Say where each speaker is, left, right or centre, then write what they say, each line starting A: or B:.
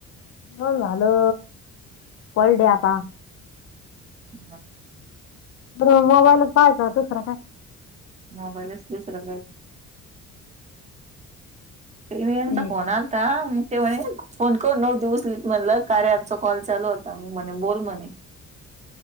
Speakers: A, on the left; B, on the right.
A: ब हॅलो कळडे आता
B: हा.
A: बर मोबाईल पाहयचा दुसरं काय?
B: मोबाईलच दुसर. मचा
A: ते
B: फोन आलाता. ते म्हणे फोन करून नऊ दिवस ल म्हणलं काय आचा कॉल चालू होता म म्हणे बोल म्हणे.